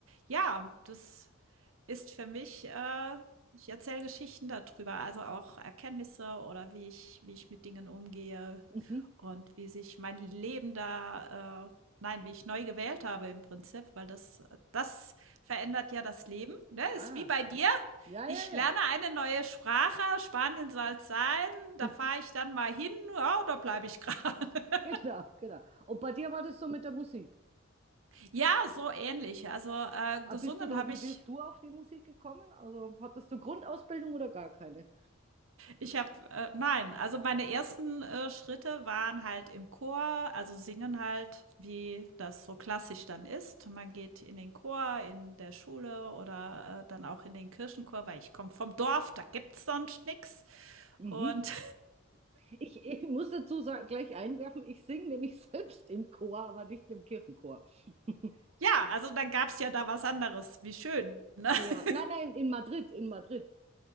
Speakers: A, on the right (about 75°); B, on the right (about 30°).
A: ja, das ist für mich, äh, ich erzähle Geschichten darüber, also auch Erkenntnisse oder wie ich, wie ich mit Dingen umgehe
B: Mhm.
A: und wie sich mein Leben da, äh, nein, wie ich neu gewählt habe im Prinzip, weil das, das verändert ja das Leben. Ne?
B: Ah,
A: Ist wie bei dir.
B: ja,
A: Ich
B: ja, ja.
A: lerne eine neue Sprache, Spanien soll es sein, da
B: <laughs>
A: fahre ich dann mal hin, ja, oder bleibe ich gerade? <laughs>
B: Genau, genau. Und bei dir war das so mit der Musik.
A: Ja, so ähnlich. Also äh,
B: Ah,
A: gesungen
B: Bist du da,
A: habe
B: wie
A: ich
B: bist du auf die Musik gekommen? Also hattest du Grundausbildung oder gar keine?
A: Ich habe, äh, nein, also meine ersten äh, Schritte waren halt im Chor, also singen halt, wie das so klassisch dann ist. Man geht in den Chor, in der Schule oder äh, dann auch in den Kirchenchor, weil ich komme vom Dorf, da gibt's sonst nix.
B: Mhm.
A: Und
B: Ich, ich muss dazu sagen, gleich einwerfen, ich singe nämlich <laughs> selbst im Chor, aber nicht im Kirchenchor. <laughs>
A: <laughs> ja, also dann gab's ja da was anderes. Wie schön, ne?
B: Ja,
A: <laughs>
B: nein, nein, in Madrid, in Madrid.